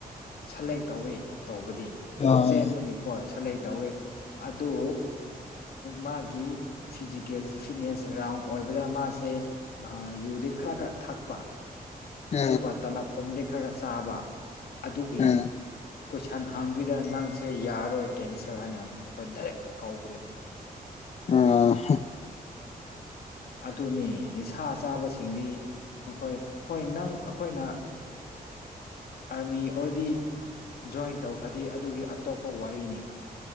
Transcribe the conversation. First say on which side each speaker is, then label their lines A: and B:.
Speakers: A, on the left; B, on the left.
A: ꯁꯦꯂꯦꯛ ꯇꯧꯋꯤ ꯇꯧꯕꯗꯤ
B: ꯑꯣ
A: ꯆꯦꯟꯕꯒꯤꯀꯣ ꯁꯂꯩ ꯇꯧꯋꯤ ꯑꯗꯨ ꯃꯥꯒꯤ ꯐꯤꯖꯤꯀꯦꯜ ꯐꯤꯠꯅꯦꯁ ꯔꯥꯎꯟ ꯑꯣꯏꯕꯗ ꯃꯥꯁꯦ ꯑ ꯌꯨꯗꯤ ꯈꯔ ꯈ ꯊꯛꯄ
B: ꯎꯝ
A: ꯑꯗꯨꯒ ꯇꯥꯂꯛꯄ ꯑꯃꯗꯤ ꯈꯔ ꯈꯔ ꯆꯥꯕ ꯑꯗꯨꯒꯤ
B: ꯎꯝ
A: ꯀꯣꯏꯁꯟ ꯍꯥꯡꯕꯤꯗ ꯅꯪꯁꯦ ꯌꯥꯔꯔꯣꯏ ꯀꯦꯟꯁꯦꯜ ꯍꯥꯏꯅ ꯃꯈꯣꯏ ꯗꯥꯏꯔꯦꯛ ꯀꯧꯈ꯭ꯔꯦ
B: ꯑ
A: ꯑꯗꯨꯅꯦ ꯅꯤꯁꯥ ꯆꯥꯕꯁꯤꯡꯗꯤ ꯃꯈꯣꯏ ꯍꯣꯏ ꯅꯪ ꯑꯩꯈꯣꯏꯅ ꯑꯥꯔꯃꯤ ꯑꯣꯏꯔꯗꯤ ꯖꯣꯏꯟ ꯇꯧꯈ꯭ꯔꯗꯤ ꯑꯗꯨꯒꯤ ꯑꯇꯣꯞꯄ ꯋꯥꯔꯤꯅꯤ